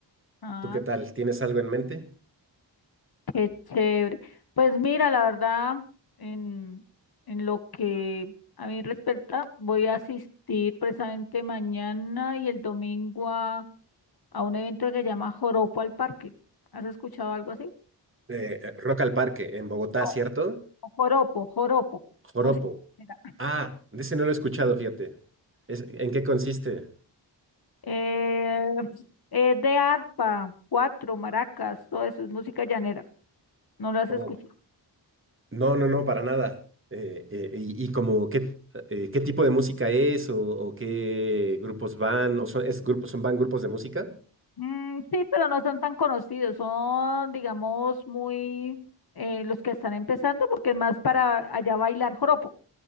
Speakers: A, on the left; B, on the right.
A: Ah,
B: ¿Tú qué tal? ¿Tienes algo en mente?
A: qué chévere. Pues mira, la verdad, en, en lo que a mí respecta, voy a asistir precisamente mañana y el domingo a, a un evento que se llama Joropo al Parque. ¿Has escuchado algo así?
B: Eh, eh, Rock al Parque, en Bogotá,
A: No,
B: ¿cierto?
A: Joropo, Joropo.
B: Joropo.
A: Música. ligera.
B: Ah, de ese no lo he escuchado, fíjate. Es- ¿en qué consiste?
A: Eh, es de arpa, cuatro, maracas, todo eso es música llanera. ¿No lo has
B: Oh,
A: escuchado?
B: No, no, no, para nada. Eh, eh, y, y como qué, eh, qué tipo de música es o, o qué grupos van, o son, es grupos, son, van grupos de música.
A: Mm, sí, pero no son tan conocidos, son, digamos, muy eh, los que están empezando, porque es más para allá bailar joropo,